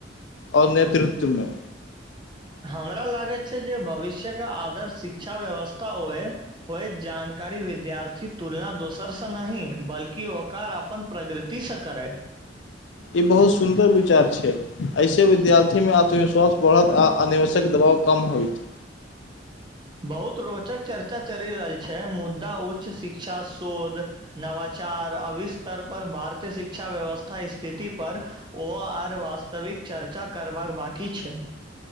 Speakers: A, on the left; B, on the right.
A: ओर नेतृत्व में
B: हमरा लागैत छै जे भविष्य के आदर शिक्षा व्यवस्था होए होय जानकारी विद्यार्थी तुलना दोसरस नहि बल्की औकार अपन प्रगृतिसँ करै
A: ई बहुत सुन्दर विचार छै ऐसे विद्यार्थी मे आत्मविश्वास बढ़त आ अनावश्यक दबाव कम होयत
B: बहुत रोचक चर्चा चलि रहल छै मुद्दा उच्च शिक्षा शोध नवाचार अविस्तर पर भारतीय शिक्षा व्यवस्था स्थिति पर ओ आर वास्तविक चर्चा करबाक बाकी छै